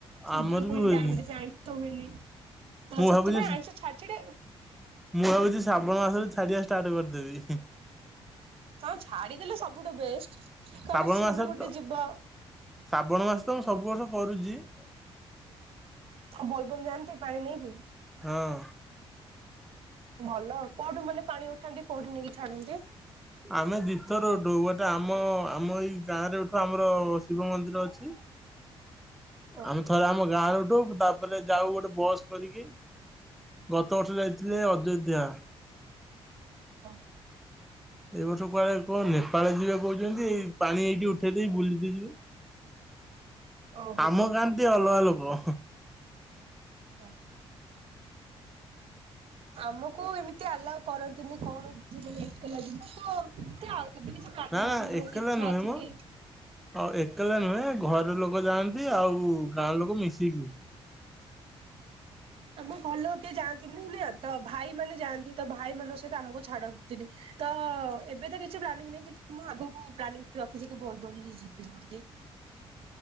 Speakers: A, on the right; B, in the centre.
A: ଖୁଦରୁକୁଣି
B: ଆମର ବି ହୁଏନି
A: ଟାଇମରେ ବି ଆଇଁଷ ହୁଏନି। -ହଁ
B: ମୁଁ
A: ସେଥିପାଇଁ
B: ଭାବୁଛି
A: ଆଇଁଷ ଛାଡ ଛାଡେ-
B: ମୁଁ ଭାବୁଛି ଶ୍ରାବଣ ମାସ ରୁ ଛାଡିବା ଷ୍ଟାର୍ଟ କରିଦେବି।
A: ହଁ ଛାଡିଦେଲେ ସବୁଠୁ ବେଷ୍ଟ। କାରଣ
B: ଶ୍ରାବଣ
A: ସିଏ
B: ମାସରେ
A: ବି ଗୋଟେ
B: ତ
A: ଯିବ
B: ଶ୍ରାବଣ ମାସ ତ ମୁଁ ସବୁ ବର୍ଷ କରୁଛି।
A: ବୋଲବମ ଜାନ୍ତି ପାଣି ନେଇକି?
B: ହଁ
A: ଭଲଆଉ କୋଉଠୁ ମାନେ ପାଣି ଉଠାନ୍ତି କୋଉଠି ନେଇକି ଛାଡନ୍ତି।
B: ଆମେ ଦିଥର ଉଠୋଉ। ଗୋଟେ ଆମ ଆମ ଏଇ ଗାଁ ରେ ଏଠୁ ଆମର ଶିବ ମନ୍ଦିର ଅଛି।
A: <unintelligible>
B: -ଆମେ ଥରେ ଆମ ଗାଁରୁ ଉଠୋଉ ତା- ତାପରେ ଯାଉ ଗୋଟେ ବସ୍ କରିକି <inaudible> ଗତ ବର୍ଷ ଯାଇଥିଲେ ଅଯୋଧ୍ୟା।
A: ହଁ <inaudible>
B: ଏ ବର୍ଷ କୁଆଡେ କଣ ନେପାଳ ଯିବେ କହୁଛନ୍ତି। ପାଣି ଏଇଠି ଉଠେଇ ଦେଇକି ବୁଲିତେ ଯିବେ।
A: <inaudible> ଓହୋ
B: ଆମ କାନ୍ତି ଅଲଗା ଲବ <inaudible>
A: ହ <inaudible> -ଆମକୁ ଏମିତି ଆଲାଉ କରନ୍ତୁନି କୌଣସି ପିଲାବି ଏକେଲା ଯିବ ତ ଗ୍ରୁପରେ ଆଉ ସେମିତିକିଛି- -କାନ୍ଦିଲେ
B: ନା ନା
A: ବି ବହୁତ
B: ଏକଲା
A: ଇଚ୍ଛା
B: ନୁହେଁ
A: ଅଛି
B: ମ।
A: କି-
B: ଆଉ ଏକଲା ନୁହେଁ ଘର ଲୋକ ଯାଆନ୍ତି ଆଉ ଗାଁ ଲୋକ ମିଶିକି।
A: ହଁ <inaudible> ଆମ ଘରଲୋକ କିଏ ଯାଆନ୍ତିନି ନା ତ ଭାଇ ମାନେ ଯାଆନ୍ତି। ତ ଭାଇ ମାନଙ୍କ ସହିତ ଆମକୁ ଛାଡନ୍ତିନି। ତ ଏବେ ତ କିଛି ପ୍ଲାନିଂ ନାହିଁ। କିନ୍ତୁ ମୁଁ ଆଗକୁ ପ୍ଲାନିଂ ରଖିଛି କି ବୋଲବମ ଯିବି ବୋଲି।